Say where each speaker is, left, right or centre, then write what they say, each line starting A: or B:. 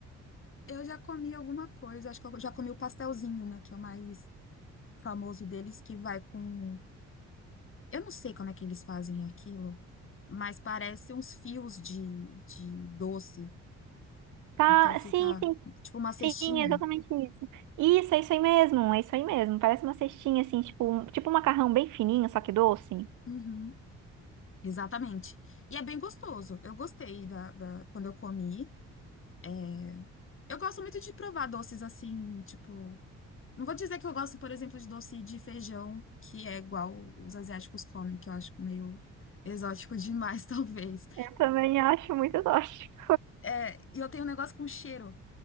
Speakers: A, on the left; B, on the right.
A: Eu já comi alguma coisa, acho que eu já comi o pastelzinho, né, que é o mais famoso deles, que vai com Eu não sei como é que eles fazem aquilo, mas parece uns fios de, de doce.
B: Tá,
A: Então fica
B: sim, sim,
A: tipo uma cestinha.
B: sim, é exatamente isso. Isso, é isso aí mesmo, é isso aí mesmo. Parece uma cestinha assim, tipo, um, tipo um macarrão bem fininho, só que doce.
A: Uhum, exatamente. E é bem gostoso. Eu gostei da, da- quando eu comi. É, Eu gosto muito de provar doces assim, tipo. Não vou dizer que eu gosto, por exemplo, de doce de feijão, que é igual os asiáticos comem, que eu acho meio exótico demais, <laughs> talvez.
B: Eu também acho muito tóxico.
A: É, e eu tenho um negócio com cheiro.